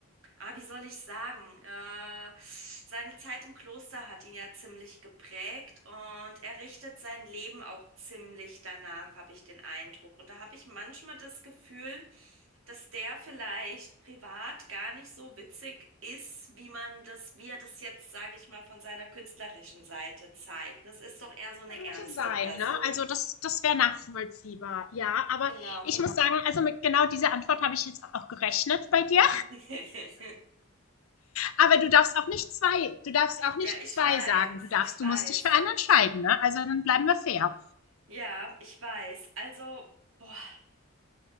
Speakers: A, on the right; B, on the left.
A: Ah, wie soll ich sagen? Äh, seine Zeit im Kloster hat ihn ja ziemlich geprägt und er richtet sein Leben auch ziemlich danach, habe ich den Eindruck. Und da habe ich manchmal das Gefühl, dass der vielleicht privat gar nicht so witzig ist, wie man das, wie er das jetzt, sage ich mal, von seiner künstlerischen Seite zeigt. Das ist doch eher so eine
B: Könnte
A: ernste
B: sein,
A: Person.
B: ne? Also das, das wäre nachvollziehbar, ja. Aber
A: Genau.
B: ich muss sagen, also mit genau dieser Antwort habe ich jetzt auch gerechnet bei dir.
A: <laughs>
B: Aber du darfst auch nicht zwei, du darfst auch nicht
A: Ja, ich
B: zwei
A: weiß,
B: sagen. Du darfst,
A: ich weiß.
B: du musst dich für einen entscheiden, ne? Also dann bleiben wir fair.
A: Ja, ich weiß. Also, boah.